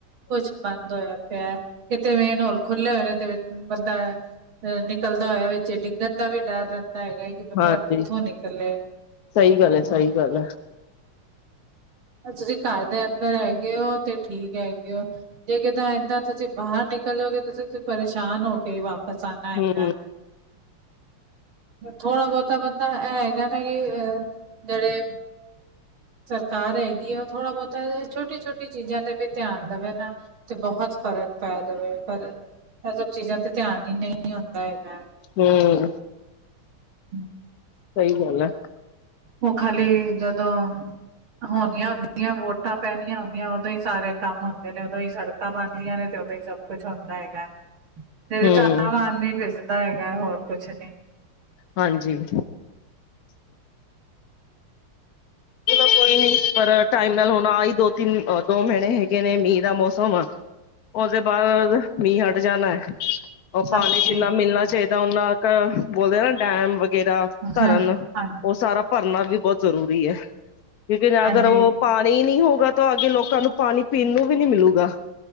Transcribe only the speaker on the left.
ਹਾਂਜੀ
ਸਹੀ ਗੱਲ ਏ, ਸਹੀ ਗੱਲ ਹੈ।
ਹਮ
ਹਮ
ਸਹੀ ਗੱਲ ਹੈ
ਹਮ
ਹਾਂਜੀ ਚਲੋ ਕੋਈ ਨੀ ਪਰ ਟਾਈਮ ਨਾਲ ਹੁਣ ਆਈ ਦੋ ਤਿੰਨ ਦੋ ਮਹੀਨੇ ਹੈਗੇ ਨੇ ਮੀਂ ਦਾ ਮੌਸਮ ਉਹਦੇ ਬਾਅਦ ਮੀਂਹ ਹਟ ਜਾਣਾ ਉਹ ਪਾਣੀ
ਜਿੰਨਾ ਮਿਲਣਾ ਚਾਹੀਦਾ ਓਨਾ ਕ ਬੋਲਦੇ ਨਾ ਡੈਮ ਵਗੈਰਾ ਧਰਨ
ਉਹ ਸਾਰਾ ਭਰਨਾ ਵੀ ਬਹੁਤ ਜ਼ਰੂਰੀ ਐ ਕਿਉਂਕਿ
ਅਗਰ ਉਹ ਪਾਣੀ ਨਹੀਂ ਹੋਊਗਾ ਤਾਂ ਆਗੇ ਲੋਕਾਂ ਨੂੰ ਪਾਣੀ ਪੀਣ ਨੂੰ ਵੀ ਨੀ ਮਿਲੂਗਾ